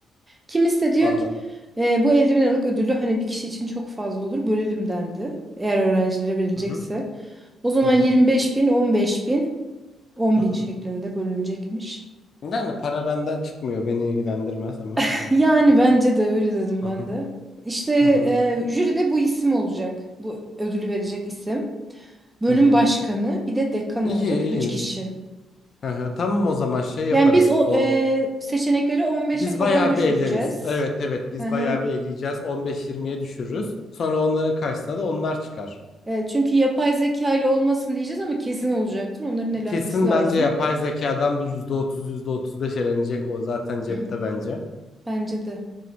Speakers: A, on the right; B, on the left.
A: Kimisi de diyor
B: anladım.
A: ki "E, bu 50 bin liralık ödülü hani bir kişi için çok fazla olur bölelim dendi. Eğer öğrencilere verilecekse.
B: Hı hı.
A: O zaman
B: Hı hı.
A: 25 bin, 15 bin, 10
B: Hı hı.
A: bin şeklinde bölünecekmiş.
B: Yani para benden çıkmıyor. Beni ilgilendirmez ama.
A: <laughs>
B: Hani.
A: Yani
B: Hı
A: bence de öyle dedim
B: hı.
A: ben de. İşte
B: Hı hı.
A: e, jüride bu isim olacak. Bu ödülü verecek isim. Bölüm
B: Hı hı.
A: başkanı bir de dekan olacak
B: İyi iyi.
A: 3 kişi.
B: Hı hı. Tamam o zaman şey yaparız.
A: Yani biz o
B: O
A: e, seçenekleri 15'e
B: biz
A: falan
B: bayağı
A: düşüreceğiz.
B: bir elleriz. Evet evet biz
A: Hı hı.
B: bayağı bir eleyeceğiz. 15-20'ye düşürürüz. Sonra onların karşısına da onlar çıkar.
A: E, çünkü yapay zeka ile olmasın diyeceğiz ama kesin olacaktır. Onların elenmesi
B: Kesin
A: lazım.
B: bence yapay zekadan bir yüzde yüzde otuz yüzde otuz beş elenecek o zaten cepte
A: <clears throat>
B: bence.
A: Bence de.